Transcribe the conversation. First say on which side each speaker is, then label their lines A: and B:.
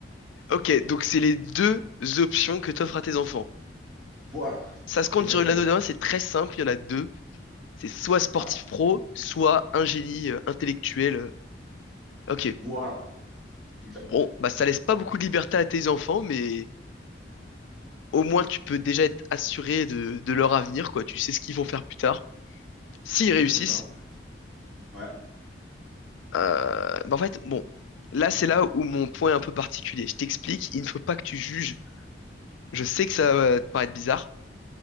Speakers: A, on the left; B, in the centre.
A: Ok, donc c'est les deux options que t'offres à tes enfants.
B: Voilà,
A: Ça se compte
B: exactement.
A: sur une anneau d'un, c'est très simple, il y en a deux. C'est soit sportif
B: Voilà,
A: pro, soit un génie euh, intellectuel. euh. Ok.
B: voilà, exact.
A: Bon, bah ça laisse pas beaucoup de liberté à tes enfants, mais au moins tu peux déjà être assuré de, de leur avenir, quoi. Tu sais ce qu'ils vont faire plus tard. S'ils réussissent,
B: Oui, c'est ça. Ouais,
A: euh, bah en fait, bon, là c'est là où mon point est un peu particulier. Je t'explique, il ne faut pas que tu juges. Je sais que ça va te paraître bizarre,